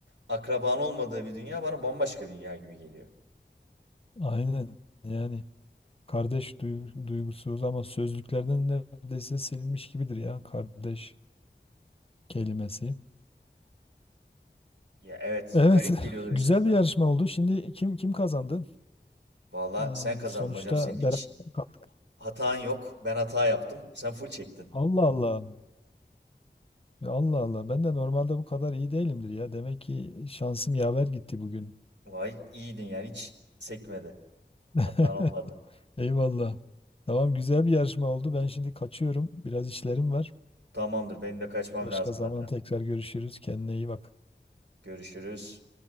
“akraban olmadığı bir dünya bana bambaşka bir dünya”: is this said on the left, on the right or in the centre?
Right